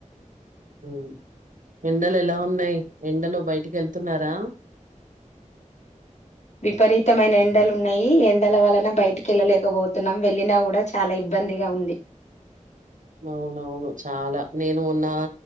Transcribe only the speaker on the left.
విపరీతమైన ఎండలు ఉన్నాయి ఎన్ ఎల వలన బయటికి వెళ్ళలేకపోతున్నాం, వెళ్ళిన కూడా చాలా ఇబ్బందిగా ఉంది.